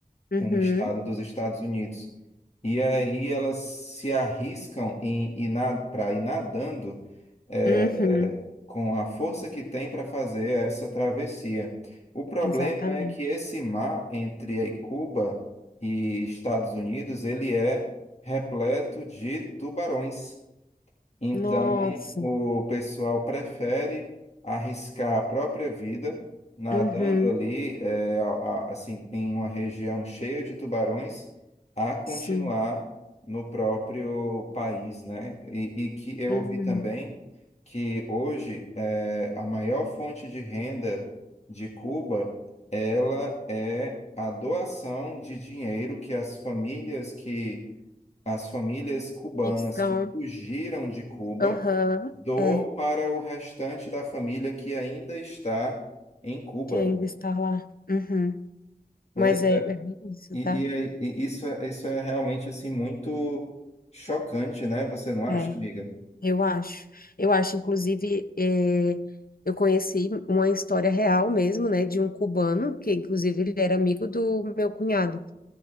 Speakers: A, on the left; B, on the left.
A: uhum,
B: Um estado dos Estados Unidos. E aí elas se arriscam em ir para ir nadando é,
A: uhum,
B: é, com a força que tem para fazer essa travessia. O problema
A: exatamente.
B: é que esse mar entre aí Cuba e Estados Unidos, ele é repleto de tubarões. Então,
A: Nossa,
B: o pessoal prefere arriscar a própria vida nadando
A: uhum,
B: ali, eh, a- a- assim, em uma região cheia de tubarões, a continuar
A: sim,
B: no próprio país, né? E, e que eu
A: uhum.
B: ouvi também que hoje é a maior fonte de renda de Cuba, ela é a doação de dinheiro que as famílias que as famílias cubanas
A: Então,
B: que fugiram de Cuba
A: aham,
B: doam
A: é.
B: para o restante da família que ainda está em Cuba.
A: que ainda está lá. Uhum. Mas
B: Pois é.
A: é, é bem isso,
B: E,
A: tá?
B: e, é- e isso, é- isso é realmente assim muito chocante, né? Você não acha,
A: É,
B: amiga?
A: eu acho. Eu acho, inclusive, é, eu conheci uma história real mesmo, né, de um cubano, que inclusive ele era amigo do meu cunhado.